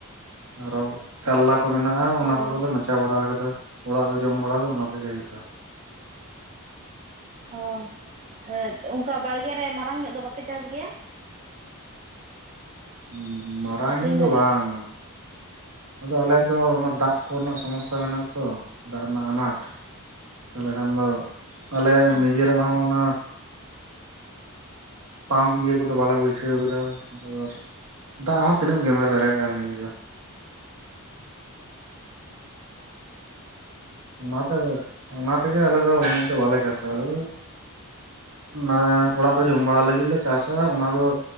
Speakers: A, on the right; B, on the right.
A: ᱟᱨᱚ ᱠᱟᱞᱞᱟ ᱠᱚ ᱢᱮᱱᱟᱜᱼᱟ ᱚᱱᱟ
B: ᱚ
A: ᱠᱚᱜᱮᱞᱮ ᱢᱟᱪᱟ ᱵᱟᱲᱟ ᱠᱟᱫᱟ ᱚᱲᱟᱜ ᱨᱮ ᱡᱚᱢ ᱵᱟᱲᱟ ᱫᱚ ᱚᱱᱟ ᱛᱮᱜᱮ ᱦᱩᱭᱩᱜᱼᱟ᱾
B: ᱚ ᱚᱱᱠᱟ ᱵᱟᱲᱜᱮ ᱨᱮ ᱢᱟᱨᱟᱝ ᱧᱚᱜ ᱫᱚ ᱵᱟᱯᱮ ᱪᱟᱥ ᱜᱮᱭᱟ?
A: ᱦᱩᱸ ᱢᱟᱨᱟᱝ
B: ᱟᱠᱷᱨᱤᱧ
A: ᱧᱚᱜ ᱫᱚ
B: ᱞᱟᱹᱜᱤᱫ
A: ᱵᱟᱝᱼᱟ᱾ ᱟᱫᱚ ᱟᱞᱮᱭᱟᱜ ᱫᱚ ᱚᱱᱟ ᱫᱟᱜ ᱠᱚᱨᱮᱱᱟᱜ ᱥᱚᱢᱚᱥᱥᱟ ᱢᱮᱱᱟᱜᱼᱟ ᱛᱚ ᱫᱟᱜ ᱨᱮᱱᱟᱜ ᱟᱱᱟᱴ, ᱛᱟᱦᱚᱞᱮ ᱠᱷᱟᱱ ᱫᱚ ᱟᱞᱮᱭᱟᱜ
B: ᱦᱮᱸ
A: ᱱᱤᱡᱮᱨᱟᱜ ᱦᱚᱸ ᱚᱱᱟ ᱯᱟᱢᱯ ᱤᱭᱟᱹ ᱠᱚᱫᱚ ᱵᱟᱞᱮ ᱵᱟᱹᱭᱥᱟᱹᱣ ᱠᱟᱫᱟ ᱟᱨ ᱫᱟᱜ ᱦᱚᱸ ᱛᱤᱱᱟᱹᱜ ᱮᱢ ᱜᱮᱢᱮᱨ ᱫᱟᱲᱮᱭᱟᱜᱼᱟ ᱱᱤᱡᱮ ᱫᱚ ᱚᱱᱟᱛᱮ ᱚᱱᱟ ᱛᱮᱜᱮ ᱟᱞᱮ ᱫᱚ ᱩᱱᱟᱹᱜ ᱫᱚ ᱵᱟᱞᱮ ᱪᱟᱥᱟ <unintelligible> ᱚᱱᱟ ᱚᱲᱟᱜ ᱨᱮ ᱡᱚᱢ ᱵᱟᱲᱟ ᱞᱟᱹᱜᱤᱫᱞᱮ ᱪᱟᱥᱟ ᱚᱱᱟ ᱫᱚ,